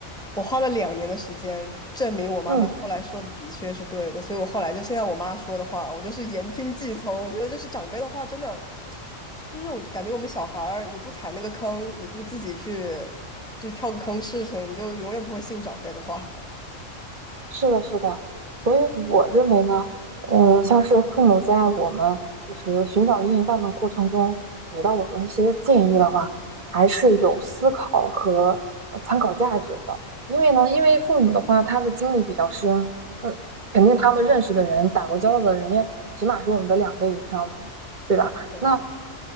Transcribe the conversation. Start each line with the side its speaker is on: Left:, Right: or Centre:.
Centre: 我花了两年的时间证明我妈妈后来说的的确是对的，
Right: 嗯。
Centre: 所以我后来就现在我妈说的话，我就是言听计从。我觉得就是长辈的话真的就是我感觉我们小孩儿你不踩那个坑，你不自己去就跳个坑试试，你就永远不会信长辈的话，
Right: 是的，是的，所以我认为呢，嗯，像是父母在我们就是寻找另一半的过程中，给到我们一些建议的话，还是有思考和呃参考价值的。因为呢，因为父母的话，他的经历比较深，那肯定他们认识的人、打过交道的人也起码是我们的两倍以上嘛，
Centre: <laughs>
Right: 对吧？
Centre: 完全对，
Right: 那